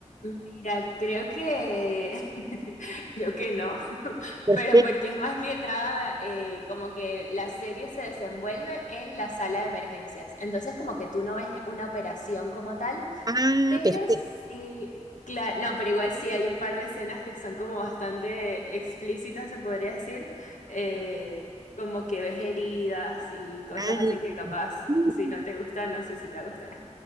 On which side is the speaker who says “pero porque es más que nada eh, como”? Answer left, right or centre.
Left